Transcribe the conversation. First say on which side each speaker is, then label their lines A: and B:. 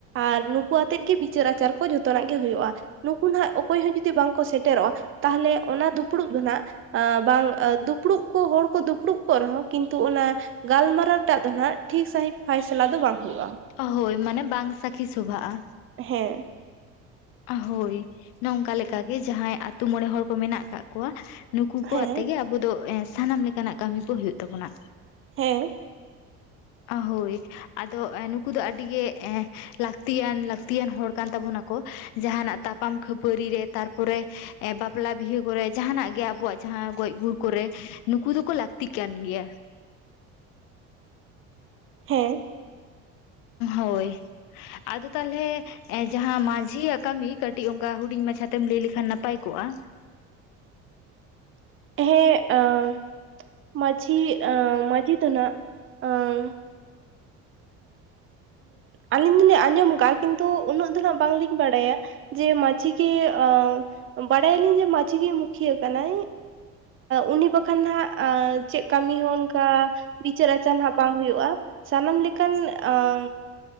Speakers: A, on the right (about 40°); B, on the left (about 80°).
A: ᱟᱨ ᱱᱩᱠᱩ ᱟᱛᱮᱫ ᱜᱮ ᱵᱤᱪᱟᱹᱨ ᱟᱪᱟᱨ ᱠᱚ ᱡᱷᱚᱛᱚᱱᱟᱜ ᱜᱮ ᱦᱩᱭᱩᱜ-ᱟ᱾᱾ ᱱᱩᱠᱩ ᱱᱷᱟᱜ ᱚᱠᱚᱭ ᱦᱚᱸ ᱡᱩᱫᱤ ᱵᱟᱝᱠᱚ ᱥᱮᱴᱮᱨᱚᱜ-ᱟ ᱛᱟᱦᱞᱮ ᱚᱱᱟ ᱫᱩᱯᱩᱲᱩᱯ ᱨᱮᱱᱟᱜ ᱟᱸ ᱵᱟᱝ ᱟ ᱫᱩᱯᱲᱩᱯ ᱠᱚ ᱦᱚᱲ ᱠᱚ ᱫᱩᱯᱲᱩᱯ ᱠᱚᱜ ᱨᱮᱦᱚᱸ ᱠᱤᱱᱛᱩ ᱚᱱᱟ ᱜᱟᱞᱢᱟᱨᱟᱣ ᱴᱟᱜ ᱫᱚ ᱱᱷᱟᱜ ᱴᱷᱤᱠ ᱥᱟᱺᱦᱤᱡ ᱯᱷᱟᱭᱥᱟᱞᱟ ᱫᱚ ᱵᱟᱝ ᱦᱩᱭᱩᱜ-ᱟ᱾
B: ᱚ ᱦᱳᱭ ᱢᱟᱱᱮ ᱵᱟᱝ ᱥᱟᱹᱠᱷᱤ ᱥᱚᱵᱷᱟᱜ-ᱟ᱾᱾
A: ᱦᱮᱸ᱾
B: ᱟ ᱦᱳᱭ, ᱱᱚᱝᱠᱟ ᱞᱮᱠᱟ ᱜᱮ ᱡᱟᱦᱟᱸᱭ ᱟᱹᱛᱳ ᱢᱚᱬᱮ ᱦᱚᱲ ᱠᱚ ᱢᱮᱱᱟᱜ ᱟᱠᱟᱜ ᱠᱚᱣᱟ ᱱᱩᱠᱩ ᱠᱚ
A: ᱦᱮᱸ
B: ᱟᱛᱮ ᱜᱮ ᱟᱵᱳ ᱫᱚ ᱮᱸ ᱥᱟᱱᱟᱢ ᱞᱮᱠᱟᱱᱟᱜ ᱠᱟᱢᱤ ᱠᱚ ᱦᱩᱭᱩᱜ ᱛᱟᱵᱚᱱᱟ᱾
A: ᱦᱮᱸ᱾
B: ᱚ ᱦᱳᱭ᱾ ᱟᱫᱚ ᱮ ᱟᱫᱚ ᱮᱸ ᱫᱚ ᱟᱹᱰᱤ ᱜᱮ ᱮᱸ ᱞᱟᱠᱛᱤᱭᱟᱱ, ᱞᱟᱠᱛᱤᱭᱟᱱ ᱦᱚᱲ ᱠᱟᱱ ᱛᱟᱵᱚᱱᱟᱠ ᱠᱚ᱾ ᱡᱟᱦᱟᱱᱟᱜ ᱛᱟᱯᱟᱢ ᱠᱷᱟᱹᱯᱟᱹᱨᱤ ᱨᱮ ᱛᱟᱨᱯᱚᱨᱮ ᱮ ᱵᱟᱯᱞᱟ ᱵᱤᱦᱟᱹ ᱠᱚᱨᱮ, ᱡᱟᱦᱟᱸᱱᱟᱜ ᱜᱮ ᱟᱵᱚᱣᱟᱜ ᱡᱟᱦᱟᱸ ᱜᱚᱡ ᱜᱩᱨ ᱠᱚᱨᱮ, ᱱᱩᱠᱩ ᱫᱚᱠᱚ ᱞᱟᱹᱠᱛᱤᱜ ᱠᱟᱱ ᱜᱮᱭᱟ᱾
A: ᱦᱮ᱾
B: ᱦᱳᱭ, ᱟᱫᱚ ᱛᱟᱦᱞᱮ ᱮᱸ ᱡᱟᱦᱟᱸ ᱢᱟᱡᱷᱤᱭᱟᱜ ᱠᱟᱹᱢᱤ ᱠᱟᱹᱴᱤᱡ ᱚᱝᱠᱟ ᱦᱩᱰᱤᱝ ᱢᱟᱪᱷᱟ ᱛᱮᱢ ᱞᱮᱭ ᱞᱮᱠᱷᱟᱱ ᱱᱟᱯᱟᱭ ᱠᱚᱜᱼᱟ᱾
A: ᱦᱮᱸ ᱟᱸ ᱡᱟᱱᱤ ᱱᱴᱟ ᱢᱟᱺᱡᱷᱤ ᱲᱹ ᱟᱴᱸ-ᱼ ᱟᱹᱞᱤᱧ ᱟᱸᱡᱚᱢ ᱟᱠᱟᱜᱼᱟ ᱠᱤᱱᱛᱩ ᱩᱱᱟᱹᱜ ᱫᱚ ᱦᱟᱸᱜ ᱵᱟᱝᱞᱤᱧ ᱵᱟᱰᱟᱭᱟ᱾ ᱡᱮ ᱢᱟᱡᱷᱤ ᱜᱮ ᱟᱸ ᱵᱟᱲᱟᱭᱟᱞᱤᱝ ᱡᱮ ᱢᱟᱡᱷᱤ ᱜᱮ ᱢᱩᱠᱷᱤᱭᱟᱹ ᱠᱟᱱᱟᱭ, ᱩᱱᱤ ᱵᱟᱠᱷᱟᱱ ᱦᱟᱸᱜ ᱟ ᱪᱮᱫ ᱠᱟᱢᱤ ᱦᱚᱸ ᱱᱚᱝᱠᱟ ᱵᱤᱪᱟᱹᱨ ᱟᱪᱟᱨ ᱱᱷᱟᱜ ᱵᱟᱝ ᱦᱩᱭᱩᱜᱼᱟ ᱥᱟᱱᱟᱢ ᱞᱮᱠᱟᱱ ᱟᱸ